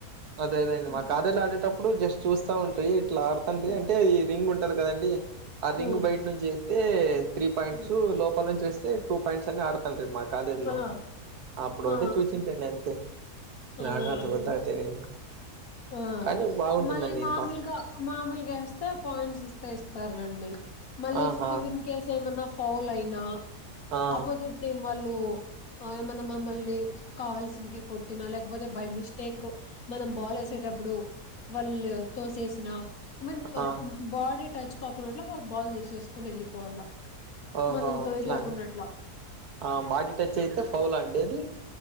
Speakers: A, on the right (about 75°); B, on the left (about 65°).
A: అదే అదేండి
B: హ్మ్.
A: మా కాలేజ్ లో ఆడేటప్పుడు ఇప్పుడు జస్ట్ చూస్తా ఉంట్రి ఇట్లా ఆడుతండ్రి
B: హ్మ్.
A: అంటే అది రింగ్ ఉంటది కదండి ఆ రింగ్
B: హ్మ్.
A: బయట నుంచి వ అయితే త్రీ పాయింట్స్
B: హ్మ్.
A: లోపల నుంచి వస్తే టూ పాయింట్స్ అని ఆడతాను మా కాలేజ్ లో
B: ఆ!
A: అప్పుడు
B: ఆ!
A: ఒకటే చూసింటానీ అంతే
B: అవునండి.
A: నాగా అంత కొద్దగా తెలియదు
B: ఆ
A: కానీ బాగుంటుందండి
B: మళ్ళీ మామిలుగా
A: బాస్కెట్ బాల్
B: మామూలుగా ఏస్తే పాయింట్స్ ఇస్తే ఇస్తారండి మళ్ళీ
A: ఆహా
B: ఇఫ్ ఇన్ కేస్ ఏమన్నా ఫౌల్ అయినా
A: ఆ
B: ఆపోజిట్ టీం వాళ్ళు ఆ ఏమన్న మమ్మల్నీ కావల్సిన్కి కొట్టినా లేక పోతే బై మిస్టేక్ మనం బాలెస్ వచ్చేటప్పుడు, వళ్ళు తోసేసినా మన్ అప్మ్
A: ఆ
B: బాడీ టచ్ కాకుడట్ల వాళ్ళు బాల్ దీసేసుకొని ఎళ్ళిపోవల్ల
A: ఓహో
B: మనల్ని తొగి
A: అట్లా
B: అకున్నట్లా
A: అండి ఆ బాడీ టచ్ అయితే, ఫౌలా అండి? అదీ